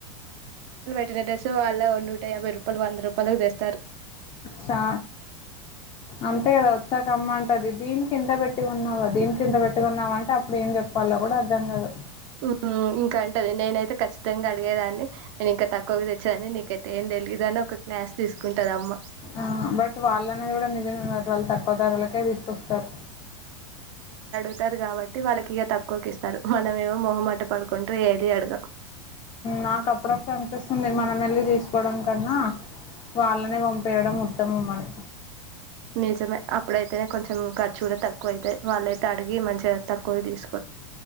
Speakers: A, on the right; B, on the left.
A: ఇగా డ్రెస్ వాళ్ళ నూటా యాభై రూపాలు వంద రూపా పాలు తెస్
B: చా అంతే కదా వచ్చాక అమ్మ అంటది దీనికి ఇంత పెట్టి కోన్నావా దీనికి ఇంత పెట్టీ కొన్నవా అంటే అప్పుడు ఏం చెప్పలో కూడా అర్థం కాదు
A: స్ట్ ఇంకా అంటది నేనైతే ఖచ్చితంగా అడిగేదాన్ని నేను ఇంకా తక్కువ తెచ్చాదని నీకైతే ఏం తెలీయదు అని ఒక క్లాస్ తీసుకుంటదమ్మ.
B: ఆ బట్ వాళ్ళనే కూడా ఎ నిజమ వాళ్ళ త పదారులకే తీసుకొస్తారు
A: అంటారు కాబట్టి వాళ్ళకి ఇక తక్కువకి ఇస్తారు మనమేమో మోహమాట పడుకుంటూ ఏది అడగ
B: నాకు అప్పుడప్పుడు అనిపిస్తుంది మనం వెళ్ళి తీసుకోవడం కన్నా వాళ్ళనే పంపేయడం ఉత్తమమని
A: నిజమే అప్పుడైతేనే కొంచెం ఖర్చు కూడా తక్కువ అయితాయి వాళ్ళయితే అడిగి మంచిగా తక్కువ తీసుకు